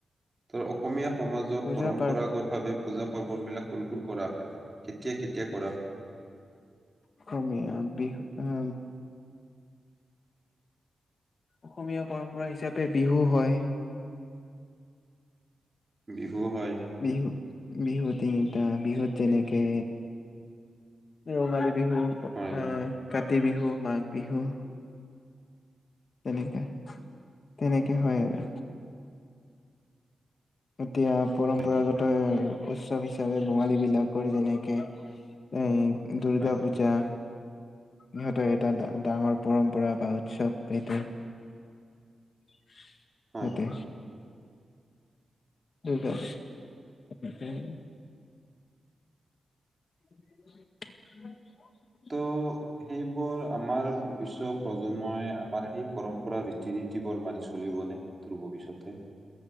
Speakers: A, on the right; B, on the left.
A: ত' অসমীয়া সমাজত
B: পূজা
A: পৰম্পৰাগত
B: পাৰ
A: ভাৱে পূজা পাৰ্বন বিলাক কোন কুল কৰা হয়, কেতিয়া কেতিয়া কৰা হয়।
B: অসমীয়া বিহু উ অসমীয়া পৰম্পৰা হিচাপে বিহু হয়।
A: বিহু হয়।
B: বিহু, বিহু তিনিটা বিহুত যেনেকে ৰঙালী বিহু আহ,
A: হয়
B: কাতি বিহু, মাঘ বিহু। তেনেকাে তেনেকে হয়, আৰু। এতিয়া পৰম্পৰাগত
A: হয়
B: উৎসৱ হিচাপে বঙালী বিলাকৰ যেনেকে এই দুৰ্গা
A: হয়
B: পূজা। ইহঁতৰ এটা ডাঙৰ পৰম্পৰা বা উৎসৱ এইটো। <unintelligible>
A: হয়
B: সেইটো দুৰ্গা পূজা <unintelligible> <inaudible>
A: ত' সেইবোৰ আমাৰ ভৱিষ্যয়ত প্ৰজন্মই আমাৰ সেই পৰম্পৰা ৰীতি নীতি বোৰ মানি চলিবনে। দুৰ ভৱিষ্যতে।